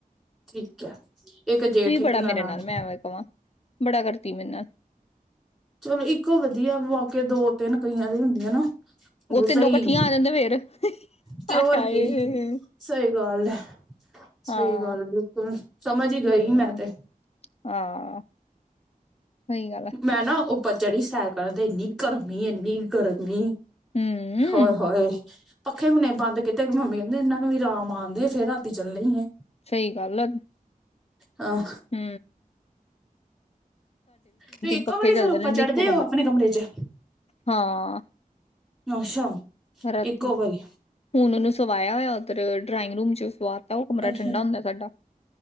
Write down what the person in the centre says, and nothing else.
ਠੀਕ ਹੈ। ਇੱਕ ਜੇਠਕ ਇੱਕ
ਨਨਾਣ
ਚਲੋ ਇੱਕੋ ਵਧੀਆ ਵਾਕੇ ਦੋ ਤਿੰਨ ਕਈਆਂ ਦੀ ਹੁੰਦੀਆਂ ਨਾ ਬਹੁਤਾ
ਹੀ
ਤੇ
ਹੋਰ
ਕੀ ਸਹੀ ਗੱਲ ਹੈ। ਸਹੀ
ਗੱਲ ਬਿਲਕੁਲ ਸਮਝ ਹੀ ਗਈ
ਮੈਂ ਤੇ
ਮੈਂ ਨਾ ਉਹ- ਪਰ ਚੜੀ ਸੈਰ ਕਰਨ ਤੇ ਇੰਨੀ ਗਰਮੀ ਇੰਨੀ ਗਰਮੀ
ਹਾਏ-ਹਾਏ ਪੱਖੇ ਹੁਣੇ ਬੰਦ ਕੀਤੇ ਕਿ ਮੰਮੀ ਕਹਿੰਦੇ ਇਨਾ ਕੁ ਵੀ ਆਰਾਮ ਆਉਦੇ ਫੇ ਰਾਤੀ ਚੱਲੇ ਏ
ਹਾਂ।
ਤੇ ਇੱਕੋ
ਵਾਰੀ
ਫੇਰ ਉਪਰ
ਚੜ੍ਹਦੇ
ਹੋ ਆਪਣੇ ਕਮਰੇ ਚ'
ਅੱਛਾ
ਇੱਕੋ ਵਾਰੀ
ਅੱਛਾ